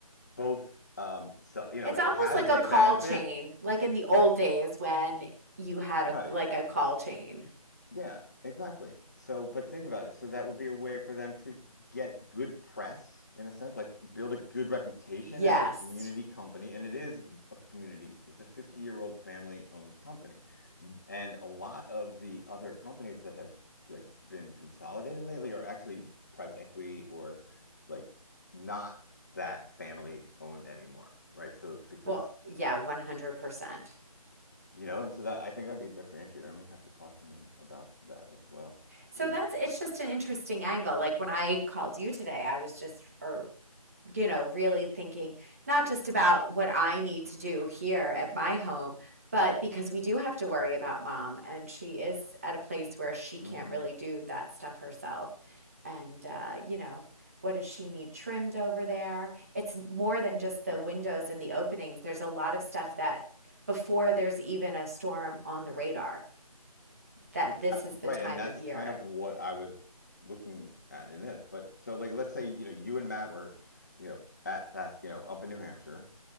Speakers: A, on the left; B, on the right.
A: both. Um, so you
B: It's
A: know, it
B: almost
A: has
B: like a
A: a
B: call
A: benefit,
B: chain, like in the old days when you had a,
A: right?
B: like a call chain.
A: Yeah, exactly. So, but think about it. So that would be a way for them to get good press, in a sense, like build a good reputation
B: Yes.
A: as a community company. And it is a community. It's a 50-year-old family-owned company. And a lot of the other companies that have like been consolidating lately are actually private equity or like not that family-owned anymore, right? So because
B: Well, yeah, 100%.
A: you know, and so that I think that'd be a differentiator. I may have to talk to him about that as well
B: So
A: because
B: that's it's just an interesting angle. Like when I called you today, I was just or you know, really thinking not just about what I need to do here at my home, but because we do have to worry about mom, and she is at a place where she can't
A: hmm
B: really do that stuff herself. And, uh, you know, what does she need trimmed over there? It's more than just the
A: Right.
B: windows and the openings. There's a lot of stuff that before there's even a storm on the radar, that
A: Cor-
B: this
A: abs-
B: is
A: Right.
B: the time
A: And that's
B: of year.
A: kind of what I was looking at in this. But so, like, let's say, you know, you and Matt were, you know, at that, you know, up in New Hampshire.